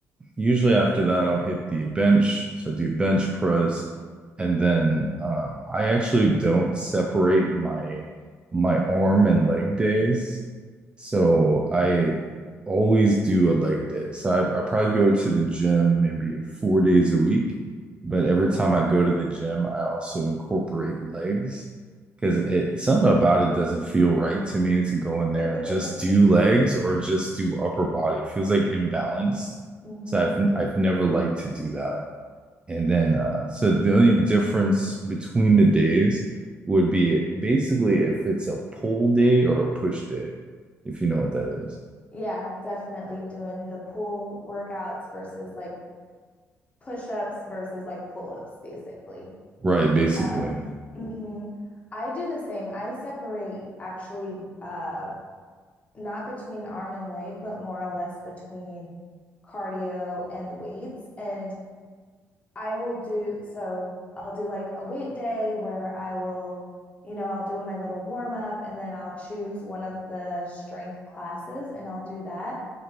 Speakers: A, on the right (about 20°); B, on the left (about 25°).
A: usually after that, I'll hit the bench. So I do bench press, and then um, I actually don't separate my my arm and leg days. So I always do a leg day. So I, I probably go to the gym maybe four days a week, but
B: Okay.
A: every time I go to the gym, I also incorporate legs because it something about it doesn't feel right to me to go in there
B: <laughs>
A: and just do legs or just do upper body. It feels like imbalanced.
B: Mm-hmm.
A: So I've I've never liked to do that. And then uh so the only difference between the days would be basically if it's a pull day or a push day, if you know what that is.
B: Yeah, definitely doing the pull workouts versus like push-ups versus like pull-ups, basically.
A: Right, basically.
B: Um, mhm. I do the same. I separate actually uh not between arm and leg, but more or less between cardio and weights. And I will do so I'll do like a weight day where I will, you know, I'll do my little warm up and then I'll choose one of the strength classes and I'll do that.